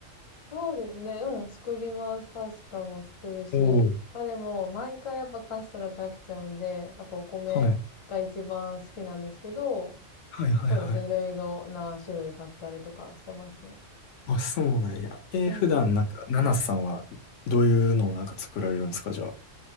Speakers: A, on the left; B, on the left.
A: そうですね。うん、作ります。パスタも作るし。
B: おおー。
A: まあでも、毎回やっぱパスタだと飽きちゃうんで、やっぱお米が一番好きなんですけど、
B: はい。はいはいはい。
A: そうですね。いろいろな種類買ったりとかしてますね。
B: あ、そうなんや。えー普段なんか、
A: うんうん。
B: ナナさんはどういうのをなんか作られるんですかじゃあ。